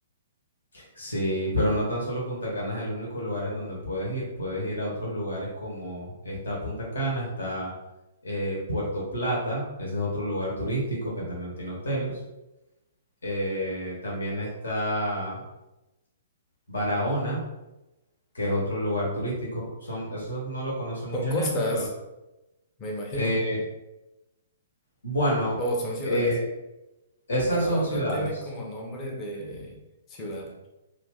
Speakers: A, on the left; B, on the left.
A: Sí, pero no tan solo Punta Cana es el único lugar en donde puedes ir. Puedes ir a otros lugares como está Punta Cana, está eh, Puerto Plata, ese es otro lugar turístico que también tiene hoteles. Eh, también está Barahona, que es otro lugar turístico. Son, esos no lo conoce mucha
B: Son costas,
A: gente, pero
B: me imagino,
A: eh, bueno,
B: o son ciudades.
A: eh, esas
B: Barahona
A: son ciudades.
B: tiene como nombre de ciudad.